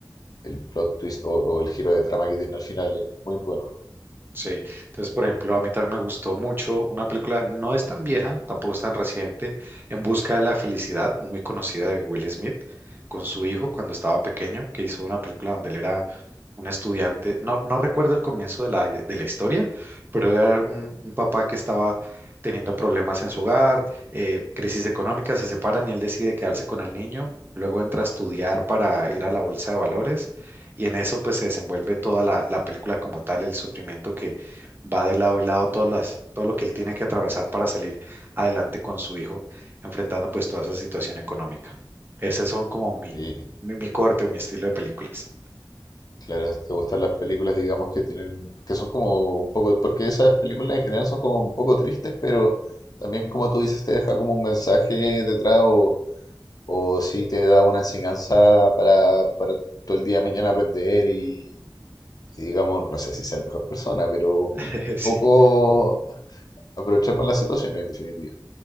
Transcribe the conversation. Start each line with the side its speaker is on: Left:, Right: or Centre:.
Left: el plot twist o, o el giro de trama que tiene al final es muy bueno.
Right: Sí, entonces, por ejemplo, a mí también me gustó mucho una película, no es tan vieja, tampoco es tan reciente, En Busca de la Felicidad, muy conocida de Will Smith, con su hijo cuando estaba pequeño, que hizo una película donde él era un estudiante, no, no recuerdo el comienzo de la, de la historia, pero era un, un papá que estaba teniendo problemas en su hogar, eh, crisis económica, se separan y él decide quedarse con el niño, luego entra a estudiar para ir a la bolsa de valores y en eso pues se desenvuelve toda la, la película como tal, el sufrimiento que va de lado y lado, todas las, todo lo que él tiene que atravesar para salir adelante con su hijo, enfrentando pues toda esa situación económica. Esos son como mi,
Left: Y
Right: mi, mi corte o mi estilo de películas.
Left: claro, si te gustan las películas, digamos, que tienen, que son como un poco, porque esas películas en general son como un poco tristes, pero también como tú dices, te deja como un mensaje detrás o, o sí te da una enseñanza para, para todo el día de mañana aprender y, y digamos, no sé si ser mejor persona, pero un
Right: <laughs> Sí.
Left: poco aprovechar más las situaciones en definitiva.